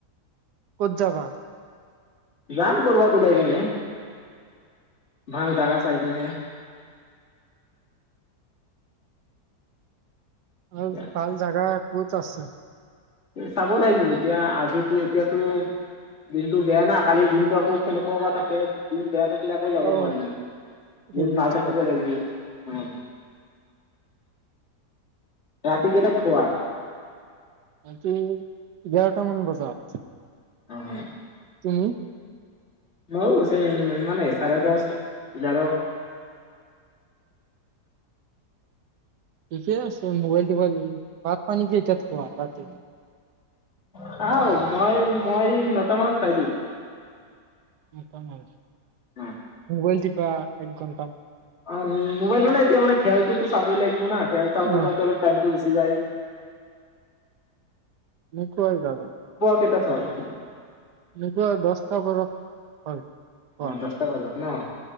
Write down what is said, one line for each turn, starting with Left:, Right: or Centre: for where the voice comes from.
Right: ক'ত যাবা?
Left: যাম কৈৰবাত উলাই কেনে, ভাল জাগা চাই কেনে।
Right: আৰু
Left: এতিয়া
Right: ভাল জাগা। ক'ত আছে?
Left: চাব লাগিব এতিয়া আজিটো এতিয়াতো দিনটো বেয়া না কালি দিনটো আকৈ কেনেকাবা থাকে। দিন বেয়া লে আকৈ যাব
Right: অ
Left: নোৱাৰিম,
Right: সেইটোৱেটো
Left: দিন ভাল থাকিব
Right: কথা
Left: লাগিব। হা ৰাতি কেইতাত খোৱা?
Right: <unintelligible>
Left: অ', অ'।
Right: উম।
Left: <unintelligible> ইমানেই চাৰে দচ ইঘাৰ।
Right: থিকে আছে মোবাইল <unintelligible> ভাতপানী কেইটাত খোৱা ৰাতি?
Left: খাওঁ মই, মই নটা মানত খাই দিওঁ।
Right: <unintelligible>
Left: অ
Right: মুবাইল তি। বা এক ঘন
Left: অ', মোবাইল মানে এতিয়া মানে চাবৈই লাগিব না খেল চাওঁতে
Right: অ
Left: চাওঁতে টাইম তো গুচি যায়
Right: মোক কয় জালে।
Left: সিতা থয়
Right: মোৰ পৰা দচতা বৰফ হয়। খোৱা
Left: অ' দচটা বজাত। ন'